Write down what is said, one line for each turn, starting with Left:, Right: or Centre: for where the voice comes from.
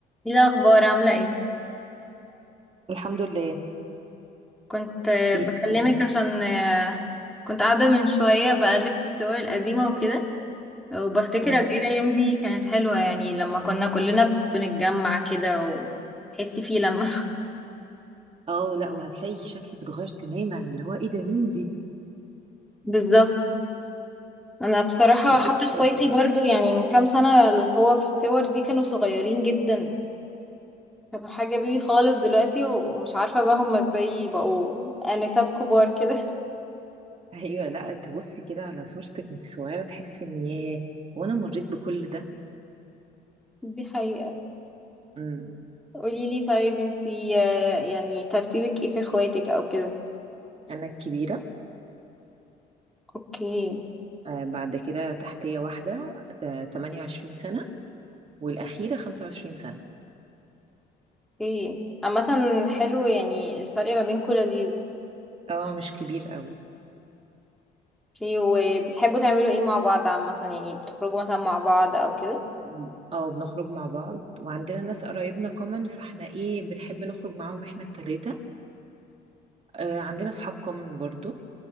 Centre: ايه الاخبار عامله ايه
Right: الحمد لله
Centre: كنت آه،
Right: ايه
Centre: بكلمك
Right: كان
Centre: عشان آه، كنت قاعده من شويه بقلب في الصور القديمه وكده وبفتكر
Right: مم.
Centre: قد ايه الايام دي كانت حلوه يعني لما كنا كلنا بنتجمع كده وتحسي فيه لما
Right: اه لا وهتلاقي شكلك اتغير تماما اللي هو ايه ده مين دي
Centre: <laughs> بالظبط انا بصراحه
Right: في كل
Centre: حتى اخواتي
Right: حاجه
Centre: برضو يعني من كام سنه اللي هو في الصور دي كانوا صغيرين جدا كانوا حاجه بيبي خالص دلوقتي و- ومش عارفه بقى هما ازاي بقوا انسات كبار كده
Right: ايوه لا تبصي كده على صورتك وانت صغيره تحسي ان ياه وانا مريت بكل ده
Centre: <laughs> دي حقيقه
Right: امم
Centre: قوليلي طيب انتي آه، يعني ترتيبك ايه في اخواتك او كده
Right: انا الكبيره
Centre: اوكي
Right: آه بعد كده تحتيه واحده آه 28 سنه والاخيره 25 سنه
Centre: اوكي عامة حلو يعني الفرق ما بينكوا لذيذ
Right: اه مش كبير قوي
Centre: اوكي وبتحبوا تعملوا ايه مع بعض عامة يعني بتخرجوا مثلا مع بعض او كده
Right: مم. اه بنخرج مع بعض وعندنا ناس قرايبنا كومن فاحنا ايه بنحب نخرج معاهم احنا التلاتة آه عندنا اصحاب كومن برضو